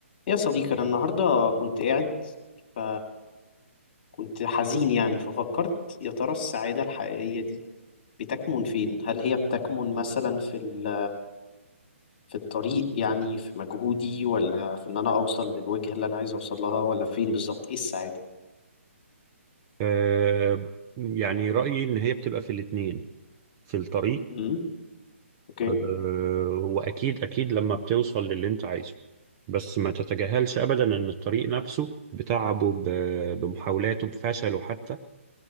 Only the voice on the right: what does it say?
آه، يعني رأيي إن هي بتبقى في الاتنين في الطريق
آه، وأكيد أكيد لما بتوصل للي أنت عايزه بس ما تتجاهلش أبدا إن الطريق نفسه بتعبه ب- بمحاولاته بفشله حتى